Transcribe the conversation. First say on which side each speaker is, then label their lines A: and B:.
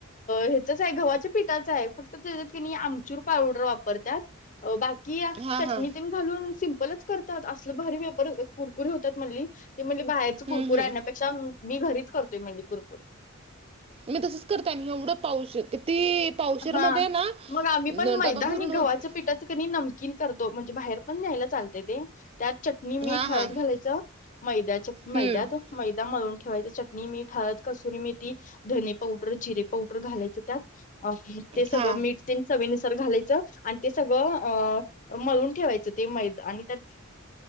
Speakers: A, on the left; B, on the right.
A: ह्याचच आहे गवाचे. पिठाच आहे फक्त त्याच्यात आमचूर पावडर वापरतात बाकी
B: हां
A: चट
B: हां
A: घालून सिपलच करतात असं भारी वेफर्स कुरकुरी होतात म्हणली बाहेर
B: हम्म
A: कुरकुरी
B: हम्म
A: आणण्यापेक्षा मी घरीच करतोय मली कुरकुरी
B: मी तसच करताय ना एवढं पाऊशी किती पावशीर
A: हा
B: मध्ये ना
A: मग आम्ही
B: न-
A: पण मैदा
B: डबा भरून
A: आणि
B: होत
A: गव्हाचे पिठाचं क नमकीन करतो म्हणजे बाहेर पण न्यायला चालते ते त्यात चटणी मीठ
B: हा हा
A: हळद घालायचं. मैदाच
B: हम्म
A: मैदात मैदा मळून ठेवायच चटणी मी हळद कसुरी मेथी ती धनी पावडर जिरे पावडर घालायचं. त्यात अ ते सगळं
B: हा
A: मीठ ते चवीनुसार घालायचं आणि ते सगळं अ मळून ठेवायचं ते मैद आणि त्यात